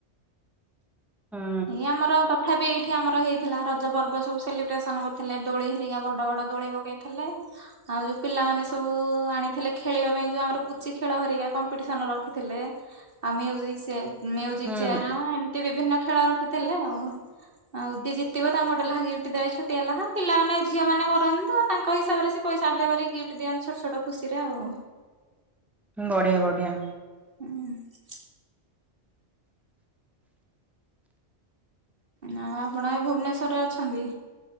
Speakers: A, in the centre; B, on the right.
A: ହୁଁ।
B: ଏଇ ଆମର ତଥାପି ଏଇ ଠି ଆମର ହେଇଥିଲା ରଜ ପର୍ବ ସବୁ ସେଲିବ୍ରେସନ କରୁଥିଲେ ଦୋଳି ହେରିକା ବଡ ବଡ ଦୋଳି ପକେଇଥିଲେ। ଆଉ ଯୋଉ ପିଲାମାନେ ସବୁ ଆଣିଥିଲେ ଖେଳିବା ପାଇଁ ଯୋଉ ଆମର ପୁଚି ଖେଳ ହେରିକା କମ୍ପିଟିସନ ରଖିଥିଲେ ଆ ମିଉଜିକ୍ ସେ ମିଉଜିକ
A: ହୁଁ
B: ଚେୟାର ଏମତି ବିଭିନ୍ନ ଖେଳ ରଖିଥିଲେ ଆଉ। ଆଉ ଯିଏ ଜିତିବ ତାଙ୍କୁ ଗୋଟେ ଲେଖା ଗିପ୍ଟ ଦେଏ ଛୋଟିଆଲା ପିଲାମାନେ ଝିଅ ମାନେ କରନ୍ତ ତାଙ୍କ ହିସାବରେ ସେ ପଇସା ଦେବାରେ ଗିଫ୍ଟ ଦିଅନ୍ତି ଛୋଟ ଛୋଟ ଖୁସିରେ ଆଉ।
A: ବଢ଼ୀୟା ବଢ଼ୀୟା।
B: ହୁଁ। ନା ଆପଣ ଏ ଭୁବନେଶ୍ଵର ରେ ଅଛନ୍ତି।